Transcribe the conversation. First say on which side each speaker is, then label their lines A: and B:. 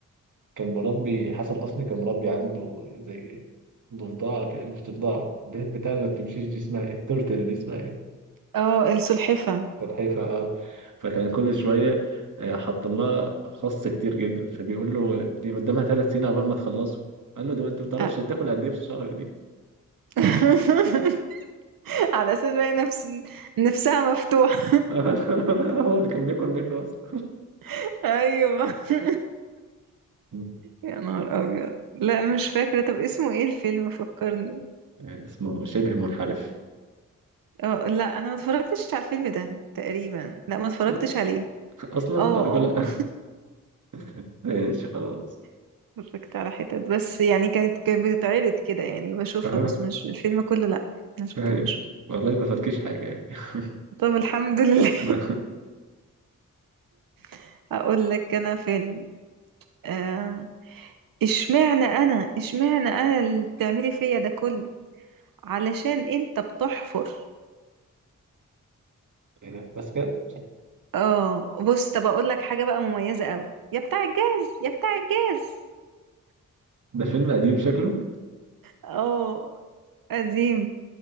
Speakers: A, on the right; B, on the right.
A: كان مربي حسن حسني كان مربي عنده زي ضفدعة كده مش ضفدعة اللي هي البتاع اللي ما بتمشيش دي اسمها إيه؟ التورتل دي اسمها إيه
B: اه السلحفة
A: سلحفاة أه فكان كل شوية آه، حط لها خس كتير جدا فبيقول له دي قدامها ثلاث سنين عقبال ما تخلصه قال له ده ما أنت ما بتعرفش
B: آه.
A: تاكل قد إيه في الشهر دي
B: <laughs> على اساس بقى نفس نفسها مفتوحة
A: <laughs> هو اللي كان بياكل منه أصلا
B: <laughs> ايوه <laughs>
A: <laughs>
B: يا نهار ابيض لا مش فاكرة طب اسمه ايه الفيلم فكرني
A: يعني اسمه شبه منحرف
B: اه لا انا ما اتفرجتش على الفيلم ده تقريبا لا ما اتفرجتش
A: اصلا
B: عليه
A: اصلا
B: اه
A: بعد كل
B: اه
A: <laughs> ماشي خلاص
B: <laughs> اتفرجت على حتت بس يعني كانت كانت بتتعرض كده يعني بشوفها
A: اه
B: بس مش الفيلم كله لا ما شفتوش
A: ايوه والله ما فاتكش حاجه يعني <laughs>
B: طب الحمد لله
A: ما-
B: <laughs> اقول لك انا فيلم آه، اشمعنى انا اشمعنى انا اللي بتعملي فيا ده كله علشان انت بتحفر
A: ايه ده بس كده
B: اه بص طب اقول لك حاجه بقى مميزه قوي يا بتاع الجاز يا بتاع الجاز
A: ده فيلم قديم شكله
B: اه قديم